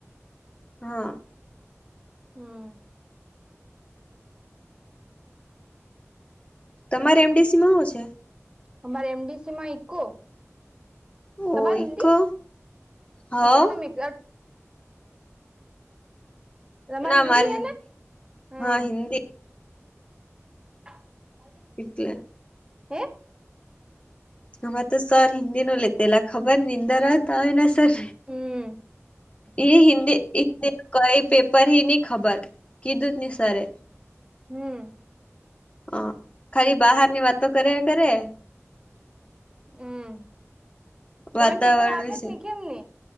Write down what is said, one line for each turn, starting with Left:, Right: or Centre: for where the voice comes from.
Left: હા.
Right: હા.
Left: તમારે એમ ડી સી માં હુ શે?
Right: અમારે એમ ડી સી માં ઈકોકો. તમારી
Left: ઓઈકો
Right: હિન્દી,
Left: હવ
Right: ઇકોનોમિક્સ અ તમારી
Left: ના
Right: હિન્દી
Left: મારે
Right: હે ને, હમ્મ
Left: હા હિન્દી
Right: હ <inaudible>
Left: એટલે
Right: હે!
Left: આમાં તો સર હિન્દી નુ લેતેલા, ખબર નિંદ્રાત આય ને સર
Right: હમ
Left: એ હિન્દી એ તે કઈ પેપર હી ની ખબર, કીધું જ નહીં સરે.
Right: હમ્મ
Left: હ ખાલી બહાર ની વાતો કર્યા કરે.
Right: હમ્મ પોઈન્ટ
Left: વાતાવરણ
Right: ઉપર આવેજ
Left: વિશે
Right: ની કેમ ને,